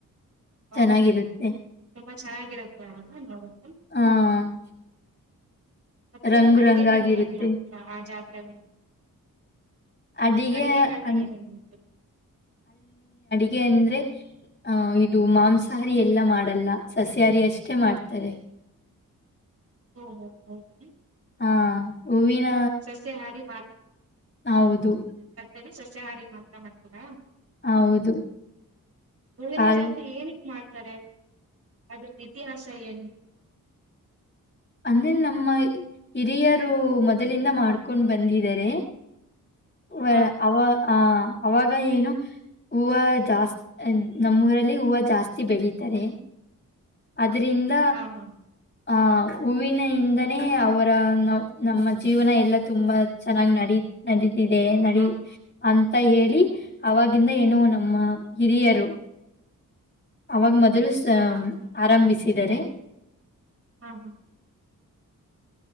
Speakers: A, on the right; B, on the left.
A: ಹಓ
B: ಚೆನ್ನಾಗಿರುತ್ತೆ
A: ತುಂಬಾ ಚೆನ್ನಾಗಿರತ್ತೆ ಅವಲ್ಲ ನೋಡಕ್ಕೆೆ
B: ಆ <inaudible>
A: ಮತ್ತೆ
B: ರಂಗು
A: ಅಡಿಗೆಗಣ್ಣ
B: ರಂಗಾಗಿರುತ್ತೆ
A: ಏನ್ ಮಾಡ್ತೀರಾ ಆ ಜಾತ್ರೆ
B: ಅಡಿಗೆ
A: ಅಡಿಗೆಗಣ್ಣ
B: ಅನ್-
A: ಏನನ್ ಮಾಡ್ತೀರ
B: ಗೆ ಅಂದ್ರೆ ಅಹ ಇದು ಮಾಂಸಾಹಾರಿ ಎಲ್ಲ ಮಾಡಲ್ಲ ಸಸ್ಯಾಹಾರಿ ಅಷ್ಟೇ ಮಾಡ್ತಾರೆ
A: ಹ ಹ ಹಿ
B: ಹಾ ಹೂವಿನ
A: ಸಸ್ಯಾಹಾರಿ
B: ಹೌದು
A: ಅೇ ಸಸ್ಯಹಾರಿ ಮಾತ್ರ ಮಾಡ್ತೀರಾ
B: ಹೌದು
A: ಹೂವಿನ
B: ಕಲ್
A: ಜಾತ್ರೆ ಏನಕ್ ಮಾಡ್ತಾರೆ ಅದ್ರದ್ದ ಇತಿಹಾಸ ಏನು
B: ಅಂದ್ರೆ ನಮ್ಮ ಹಿರಿಯರು ಮೊದಲಿಂದ ಮಾಡ್ಕೊಂಡ್ ಬಂದಿದ್ದಾರೆ ವ
A: ಹಾ
B: ಅವ ಆ ಅವಾಗ ಏನು ಹೂವು ಜಾಸ್ತಿ ನಮ್ಮೂರಲ್ಲಿ ಹೂವು ಜಾಸ್ತಿ ಬೆಳೀಿತಾರೆ ಅದ್ರಿಂದ
A: ಹಾ ಹಾ
B: ಆ ಹೂವಿನಿಂದನೇ ಅವರ ನ ನಮ್ಮ ಜೀವನ ಎಲ್ಲಾ ತುಂಬಾ ಚೆನ್ನಾಗಿ್ ನಡ ನಡೀ ಇದೆ ನಡಿ
A: ಹಾ ಹಾ
B: ಅ ಹೇಳಿ ಅವಾಗಿಂದ ಏನು ನಮ್ಮ ಹಿರಿಯರು ಅವಾಗ ಮೊದಲು ಸ
A: ಹಾ ಹಾ ಹಾ
B: ಿಸಿದರೆ
A: ಹಾ ಹಾ